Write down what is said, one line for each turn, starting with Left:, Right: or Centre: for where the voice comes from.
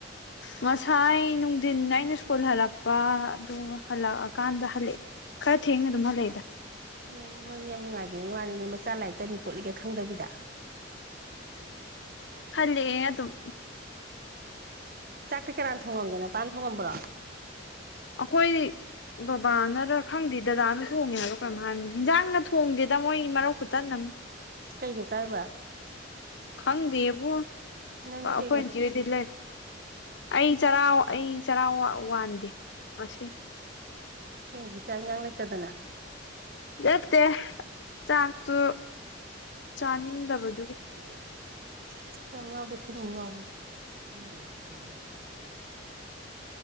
Left: ꯉꯁꯥꯏ ꯅꯨꯡꯊꯤꯟ ꯑꯩꯅ ꯁ꯭ꯀꯨꯜ ꯍꯜꯂꯛꯄ ꯑꯗꯨ ꯍꯜꯂꯛꯑꯀꯥꯟꯗ ꯍꯜꯂꯛꯑꯦ ꯈꯥꯔ ꯊꯦꯡꯅꯥ ꯑꯗꯨꯝ ꯍꯜꯂꯛꯏꯗ
Right: ꯎꯝ ꯃꯣꯏ ꯌꯥꯝ ꯅꯨꯡꯉꯥꯏꯈꯤꯕ ꯋꯥꯅꯤꯅꯦ ꯃꯥꯆ ꯂꯥꯏꯔꯤꯛ ꯇꯝꯃꯤ ꯈꯣꯠꯂꯤꯒꯥ ꯈꯪꯗꯕꯤꯗ
Left: ꯍꯂꯛꯑꯦ ꯑꯗꯨꯝ
Right: ꯆꯥꯛꯇꯤ ꯀꯅꯥꯅ ꯊꯣꯡꯉꯝꯒꯦ ꯅꯥꯄꯥꯅ ꯊꯣꯡꯉꯝꯕ꯭ꯔꯣ
Left: ꯑꯈꯣꯏ ꯕꯥꯕꯥꯅꯔ ꯈꯪꯗꯦ ꯗꯥꯗꯥꯅ ꯊꯣꯡꯉꯦ ꯍꯥꯏꯕ ꯀꯩꯅꯣ ꯍꯥꯏꯕꯅꯤ ꯏꯟꯖꯥꯡꯑ ꯊꯣꯡꯗꯦꯗ ꯃꯣꯏ ꯃꯔꯧ ꯈꯨꯨꯇꯟ ꯑꯃꯅꯤ
Right: ꯀꯩꯒ ꯆꯥꯏꯕ
Left: ꯈꯪꯗꯦꯕꫭ
Right: ꯅꯪꯗꯤ
Left: ꯑꯩꯈꯣꯏ
Right: ꯀꯩꯒ
Left: ꯑꯟꯇꯤ ꯍꫭꯏꯗ ꯗꯤ ꯂꯩ ꯑꯩ ꯆꯔꯥ ꯑꯩ ꯆꯥꯔꯥ ꯋꯥꯟ ꯋꯥꯟꯗꯦ ꯉꯁꯤ
Right: ꯀꯩꯒꯤ ꯆꯥꯛ ꯏꯟꯖꯥꯡ ꯂꯩꯇꯥꯗꯅ
Left: ꯅꯠꯇꯦ ꯆꯥꯛꯇꯨ ꯆꯥꯅꯤꯡꯗꯕꯗꯨꯒꯤ
Right: <unintelligible> ꯌꯥꯎꯕꯅꯤ